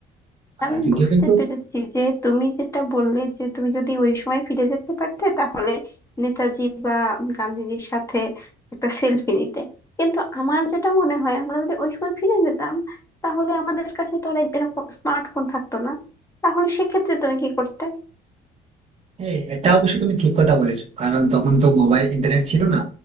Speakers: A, on the right; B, on the left.
A: আর
B: আমি
A: যদিও
B: বুঝতে
A: কিন্তু
B: পেরেছি যে তুমি যেটা বললে যে তুমি যদি ওই সময় ফিরে যেতে পারতে তাহলে নেতাজি বা গান্ধীজির সাথে একটা সেলফি নিতে কিন্তু আমার যেটা মনে হয় আমরা যদি ওই সময় ফিরে যেতাম তাহলে আমাদের কাছে তো আর এরকম স্মার্টফোন থাকতো না তাহলে সেক্ষেত্রে তুমি কি করতে
A: হ্যাঁ এটা অবশ্য তুমি ঠিক কথা বলেছো কারণ তখন তো মোবাইল ইন্টারনেট ছিল না